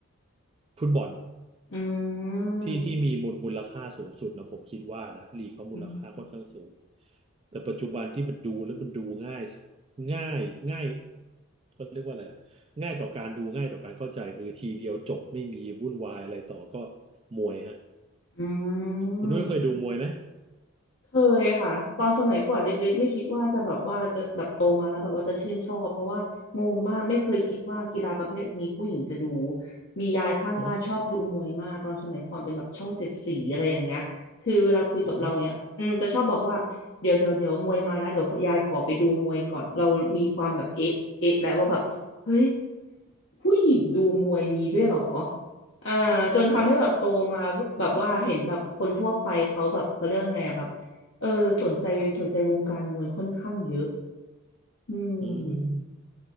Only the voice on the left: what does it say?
อืม
อืม
อื
ม เคยค่ะตอนสมัยก่อนเล็กๆไม่คิดว่าจะแบบว่าจะแบบโตมาแล้วแบบว่าจะชื่นชอบเพราะว่างงมากไม่เคยคิดว่ากีฬาประเภทนี้ผู้หญิงจะดู มียายข้างบ้านชอบดูมวยมากตอนสมัยก่อนเป็นแบบช่องเจ็ดสีอะไรอย่างเงี้ยคือเวลาคุยกับเราเนี้ยอืมจะชอบบอกว่าเดี๋ยวเดี๋ยวเดี๋ยวมวยมาแล้วเดี๋ยวยายขอไปดูมวยก่อน
เรามีความแบบเอ๊ะเอ๊ะแล้วว่าแบบเฮ้ยผู้หญิงดูมวยมีด้วยเหรออ่าจนทำให้แบบโตมาแบบว่าเห็นแบบคนทั่วไปเขาแบบเขาเรียกว่าไงอ่ะแบบ
เออสนใจสนใจวงการมวยค่อนข้างเยอะอืม